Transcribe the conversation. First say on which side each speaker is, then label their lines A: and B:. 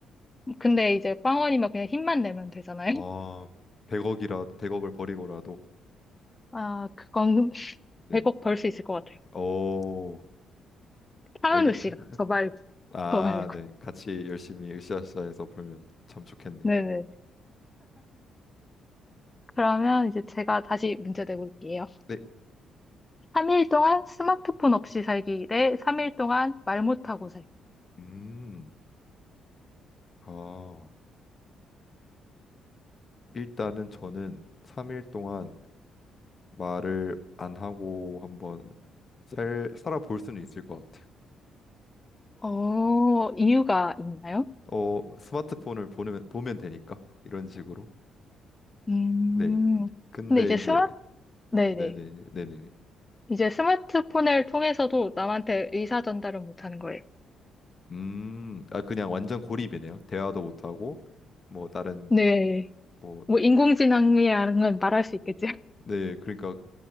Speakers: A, on the left (about 20°); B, on the left (about 35°).
A: 근데 이제 빵원이면 그냥 힘만 내면 되잖아요.
B: 아 100억이라 100억을 버리고라도
A: 아, 그건
B: 네.
A: 100억 벌 수 있을 것 같아요.
B: 오
A: 차은우
B: 알게 <laughs>
A: 씨가. 저 말고,
B: 아네
A: 저 말고.
B: 같이 열심히 으쌰으쌰해서 벌면 참 좋겠네요
A: 네네. 그러면 이제 제가 다시 문제 내볼게요.
B: 네
A: 3일 동안 스마트폰 없이 살기 대 3일 동안 말 못하고 살기.
B: 음 아 일단은 저는 3일 동안 말을 안 하고 한번 살 살아볼 수는 있을 것 같아요
A: 어, 이유가 있나요?
B: 어, 스마트폰을 보면, 보면 되니까 이런 식으로.
A: 음,
B: 네. 근데
A: 근데 이제
B: 이제
A: 스마, 네네.
B: 네네 네네네.
A: 이제 스마트폰을 통해서도 남한테 의사 전달은 못하는 거예요.
B: 음, 아 그냥 완전 고립이네요. 대화도 못 하고 뭐 다른
A: 네.
B: 뭐
A: 뭐, 인공지능이라는 말할 수 있겠죠? <laughs>
B: 네, 그러니까